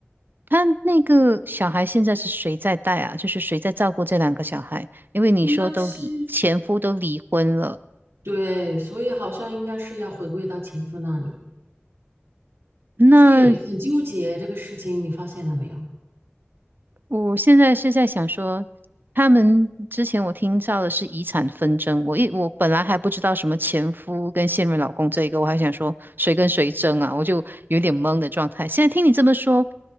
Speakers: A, on the right; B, on the right.
A: 她那个小孩现在是谁在带啊？就是谁在照顾这两个小孩？因为你说都离前夫都离婚了，
B: 应该是对，所以好像应该是要回归到前夫那里，
A: 那
B: 所以很纠结这个事情，你发现了没有？
A: 我现在是在想说，他们之前我听到的是遗产纷争，我一我本来还不知道什么前夫跟现任老公这一个，我还想说谁跟谁争啊，我就有点懵的状态。现在听你这么说，